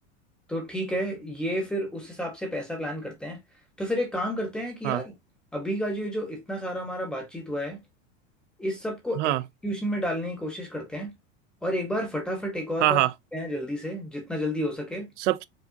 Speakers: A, in the centre; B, on the right.
A: तो ठीक है ये फिर उस हिसाब से पैसा प्लान करते हैं तो फिर एक काम करते हैं कि
B: हाँ
A: यार अभी का जो जो इतना सारा हमारा बातचीत हुआ है इस सब को
B: हाँ
A: एग्जीक्यूशन में डालने की कोशिश करते हैं और एक बार फटाफट एक और
B: हाँ
A: बार
B: हाँ
A: देखते हैं जल्दी से जितना जल्दी हो सके
B: सब